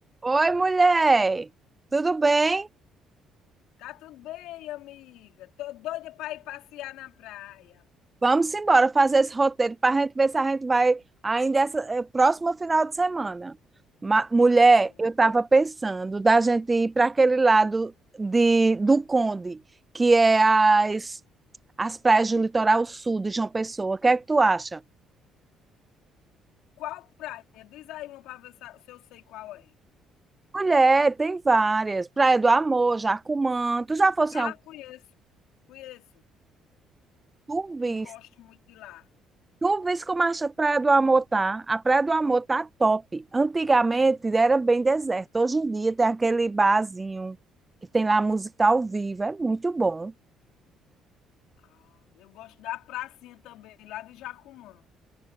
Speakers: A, on the right (about 20°); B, on the left (about 85°).
A: Oi, mulher! Tudo bem?
B: Tá tudo bem, amiga. Tô doida para ir passear na praia.
A: Vamos embora fazer esse roteiro para a gente ver se a gente vai ainda essa, eh, próximo final de semana. Ma- mulher,
B: Tá bom.
A: eu estava pensando da gente ir para aquele lado de, do Conde, que é as, as praias do litoral sul de João Pessoa. O que é que tu acha?
B: Qual praia? Diz aí uma para ver se se eu sei qual é.
A: Mulher, tem várias. Praia do Amor, Jacumã. Tu já fosse
B: Ah,
A: em algum?
B: conheço. Conheço
A: Tu viste?
B: e gosto muito de lá.
A: Tu vês como acha a Praia do Amor tá? A Praia do Amor tá top. Antigamente era bem deserto. Hoje em dia tem aquele barzinho que tem lá música ao vivo. É muito bom.
B: Ah, eu gosto da pracinha também, lá de Jacumã,